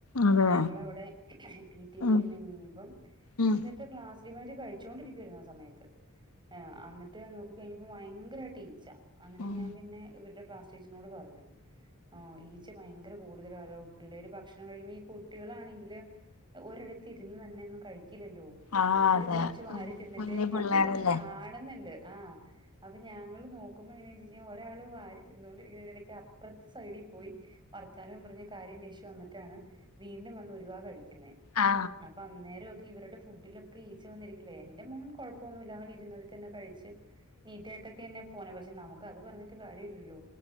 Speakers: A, on the left; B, on the right.
A: അതെ
B: ഞങ്ങളവടെ പിറ്റിടി
A: ഉം
B: എന്ന് കഴിഞ് ഞ്ഞുവന്നപ്പം
A: ഉം
B: ഇവരുടെ ക്ലാസ്സില് ഇവര് കഴിച്ചോണ്ടിരിക്കുവായിരുന്നു ആ സമയത്ത് ഏ അന്ന്ട്ട് നോക്കികഴിഞ്ഞപ്പോ ഭയങ്കരയിട്ട് ഈച്ചാ അന്ന്ട്ട്
A: ഉം
B: ഞാൻപിന്നെ ഇവര്ടെക്ലാസ് ചിച്ച്നോട്പറഞ്ഞു ആ ഈച്ചഭയങ്കര കൂടുതലാരോ പിള്ളേര്ഭക്ഷണംകഴിയുമ്പോ ഈ കുട്ടികളാണെങ്കില് ഒരിടത്ത് ഇരുന്ന്തന്നെന്നും കഴിക്കില്ലല്ലോ
A: ആ
B: ഇവര്കൊറച്ച്
A: അതെ
B: വാരിതിന്നിട്ട്
A: കുഞ്ഞു പിള്ളേരല്ലേ
B: ഞങ്ങള് കാണുന്നുണ്ട് ആഹ്‌ അപ്പൊ ഞങ്ങള് നോ <unintelligible> എങ്ങനാ ഒരാൾ വാരി തിന്നോണ്ടിരിക്കുന്നിടത്ത് അപ്പറത്തെ സൈഡി പോയി വർത്താനം പറഞ്ഞ കാര്യംന്വേഷിച്ചു വന്നിട്ടാണ് വീണ്ടും വന്ന് ഒരുവാ കഴിക്കുന്നേ
A: ആ
B: അപ്പൊ അന്നേരം ഒക്കെ ഇവരുടെ ഫുഡിലൊക്കെ ഈച്ച വന്നിരിക്കില്ലേ എന്റെ മോൻ കുഴപ്പൊന്നുല്ല അവ ഇരുന്നിടത്തന്നെ കഴിച്ച് നീറ്റായിട്ടൊക്കെ എന്നെ പോണേ പക്ഷെ നമുക്ക് അത് പറഞ്ഞിട്ട് കാര്യല്ലല്ലോ